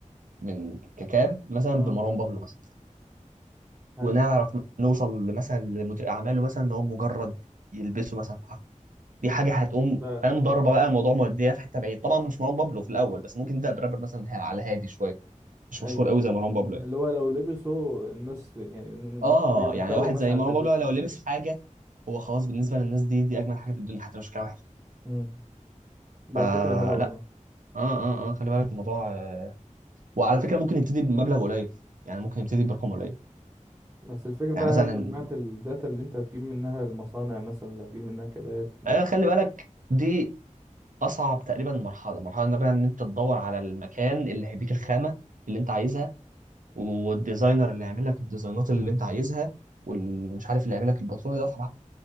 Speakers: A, on the right; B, on the right.
A: من ككاب مثلا
B: اه
A: بمروان بابلو مثلا
B: حلو
A: ونعرف نوصل مثلا لمدير اعماله مثلا ان هو مجرد يلبسه مثلا في حفلة. دي حاجه هتقوم
B: ده
A: فاهم
B: لو
A: ضربه بقى الموضوع موديه في حته بعيد طبعا مش مروان بابلو في الاول بس ممكن نبدا برابر مثلا على هادي شويه مش
B: ايوه
A: مشهور قوي زي مروان بابلو يعني.
B: اللي هو لو لبسه الناس يعني الناس
A: اه
B: اللي هي بتتابعه
A: يعني واحد
B: مثلا
A: زي مروان
B: هتلبسه
A: بابلو لو لبس حاجه هو خلاص بالنسبه للناس دي دي اجمل حاجه في الدنيا حتى لو شكلها وحش
B: مم. ده
A: فلا
B: فكرة حلوة والله
A: اه اه اه خلي بالك الموضوع آه. وعلى
B: بس
A: فكره ممكن يبتدي بمبلغ قليل يعني ممكن يبتدي برقم قليل
B: بس الفكرة بقى
A: يعني مثلا
B: هل جمعت الداتا اللي انت هتجيب منها المصانع مثلا اللي هتجيب منها كبات
A: آه خلي بالك دي اصعب تقريبا مرحله مرحله ان بقى ان انت تدور على المكان اللي هيديك الخامه اللي انت عايزها والديزاينر اللي هيعمل لك الديزاينات اللي انت عايزها والمش عارف اللي هيعمل لك الباترون ده